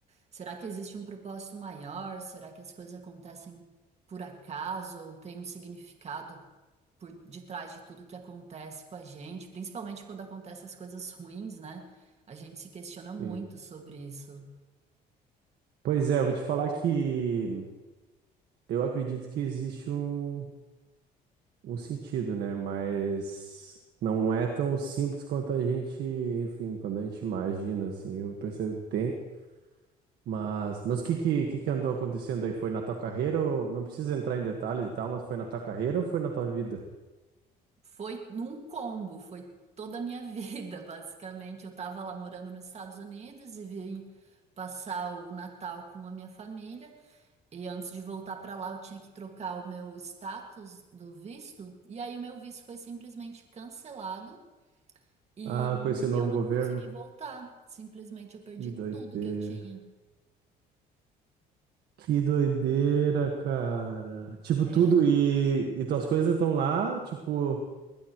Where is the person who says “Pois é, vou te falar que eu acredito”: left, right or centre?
Right